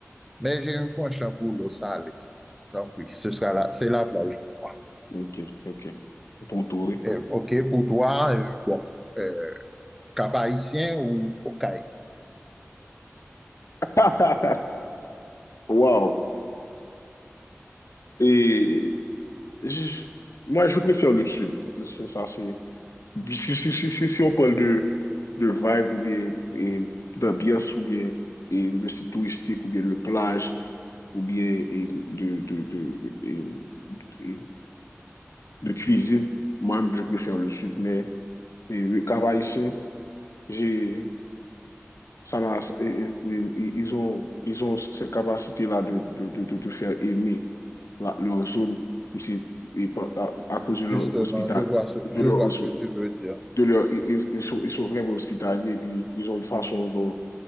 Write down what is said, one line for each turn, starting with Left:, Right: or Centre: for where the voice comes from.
Centre: mais j'ai un penchant pour l'eau salée. Donc oui, ce sera la, c'est la plage pour moi.
Left: Ok, ok. Ton tour.
Centre: Euh, OK, pour toi, euh, bon, euh, Cap-Haïtien ou Okaï?
Left: <laughs> Wow. Et je- moi, je préfère le sud. C'est ça, c'est. Si, si, si, si, si on parle de, de vibe ou bien et d'ambiance ou bien et de site touristique ou bien de plage ou bien et de, de, de, et- et de cuisine, moi-même, je préfère le sud. Mais le travail j'ai, ça m'a- ils ont, ils ont cette capacité-là de, de, de, de te faire aimer la- leur zone, même si- et à, à cause de leur
Centre: Justement,
Left: hospital,
Centre: je vois ce,
Left: de
Centre: je
Left: leur,
Centre: vois
Left: de
Centre: ce que tu veux dire.
Left: leur, ils, ils- ils sont, ils sont vraiment hospitaliers, et puis ils ont une façon dont